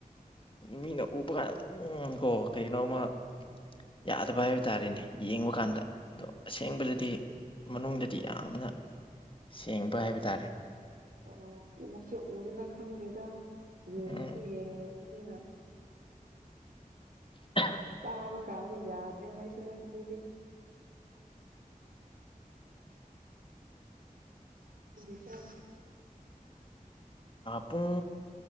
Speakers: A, on the left; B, on the right.
A: ꯃꯤꯅ ꯎꯕ ꯀꯥꯟꯗ ꯑꯗꯨꯝ ꯀꯣ ꯀꯩꯅꯣꯃ ꯌꯥꯗꯕ ꯍꯥꯏꯕ ꯇꯥꯔꯦꯅꯦ ꯌꯦꯡꯕ ꯀꯥꯟꯗ ꯑꯗꯣ ꯑꯁꯦꯡꯕꯗꯗꯤ ꯃꯅꯨꯡꯗ ꯤ ꯌꯥꯝꯅ ꯁꯦꯡꯕ ꯍꯥꯏꯕ ꯇꯥꯔꯦ
B: ꯑꯣ ꯎꯁꯨꯦ ꯎꯗꯅ ꯈꯪꯗꯦꯗ ꯌꯦꯡꯁꯨ
A: ꯎꯝ
B: ꯌꯦꯡꯗꯕꯅꯤꯅ
A: ꯑ
B: ꯇꯥꯕ ꯀꯅ ꯌꯥꯗ꯭ꯔꯦ ꯍꯥꯏꯥꯏꯁ ꯂꯤꯤꯗꯤ ꯍꯁ
A: ꯄꯨꯡ